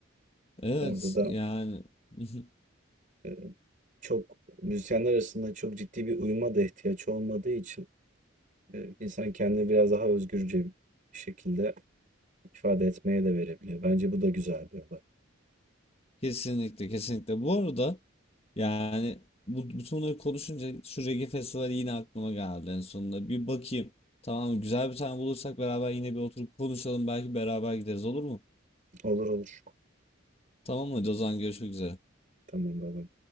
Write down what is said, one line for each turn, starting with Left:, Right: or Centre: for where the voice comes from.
Left: Evet
Right: Orada da,
Left: yani <laughs>
Right: eee, çok müzisyenler arasında çok ciddi bir uyuma da ihtiyaç olmadığı için, eee, insan kendini biraz daha özgürce bir şekilde ifade etmeye de verebiliyor. Bence bu da güzel bir olay.
Left: kesinlikle kesinlikle. Bu arada yani bu, bütün bunları konuşunca şu Reggae Festivali yine aklıma geldi en sonunda. Bir bakayım. Tamam güzel bir tane bulursak beraber yine bir oturup konuşalım. Belki beraber gideriz olur mu?
Right: Olur olur.
Left: Tamam hadi o zaman görüşmek üzere.
Right: Tamam, bay bay.